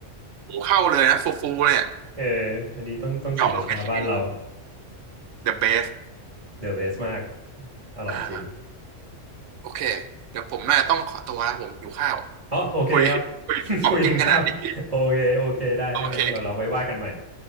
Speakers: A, on the right; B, on the right.
A: โอ้เข้าเลยนะฟูๆเลยอะ
B: เอออันนี้ต้องต้องศรีราชาบ้านเรา
A: เหยาะลงไปทีนี้ the best
B: เดอะเบสมากอร่อยจริง
A: อ่าโอเคเดี๋ยวผมน่าจะต้องขอตัวแล้วผมหิวข้าว
B: อ๋อโอเคครับ
A: คุยคุยของกินขนาดนี้
B: <laughs> คุยถึงข้าวโอเคโอเคได้ถ้างั้นเดี๋ยวเราไว้ว่ากันใหม่
A: โอเค